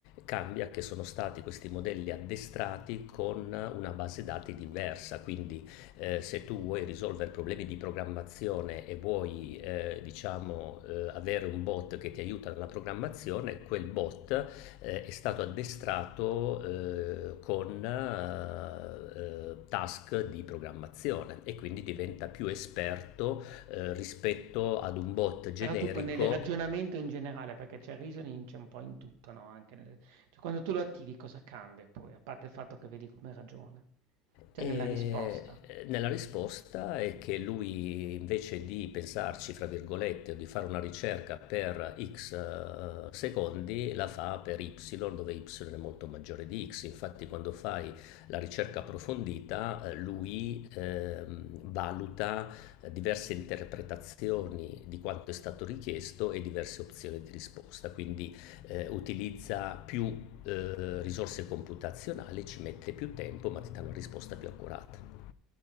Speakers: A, on the left; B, on the right.
A: Cambia che sono stati questi modelli addestrati con una base dati diversa, quindi eh, se tu vuoi risolvere problemi di programmazione e vuoi eh, diciamo, eh, avere un bot che ti aiuta nella programmazione, quel bot eh, è stato addestrato eh, con eh, task di programmazione e quindi diventa più esperto eh, rispetto ad un bot generico
B: Però tipo nel ragionamento in generale, perché c'è il reasoning c'è un po' in tutto, no? Anche nel- cioè, quando tu lo attivi cosa cambia poi, a parte il fatto che vedi come ragiona, cioè
A: E
B: nella risposta.
A: eh, nella risposta è che lui invece di pensarci, fra virgolette, o di fare una ricerca per x eh, secondi, la fa per y, dove y è molto maggiore di x. Infatti quando fai la ricerca approfondita, eh, lui ehm, valuta eh, diverse interpretazioni di quanto è stato richiesto e diverse opzioni di risposta, quindi eh, utilizza più eh, risorse computazionali, ci mette più tempo ma ti dà una risposta più accurata.